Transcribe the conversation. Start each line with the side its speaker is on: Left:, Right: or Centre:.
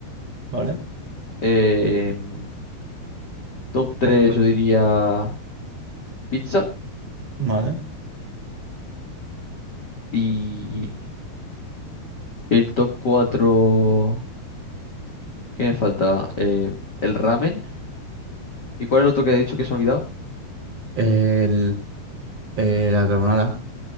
Right: Vale,
Left: Em, top 3 yo diría pizza.
Right: vale.
Left: Y el top 4 ¿qué me falta? Em, el ramen. ¿Y cuál es el otro que he dicho que se me ha olvidado?
Right: El, eh, la carbonara.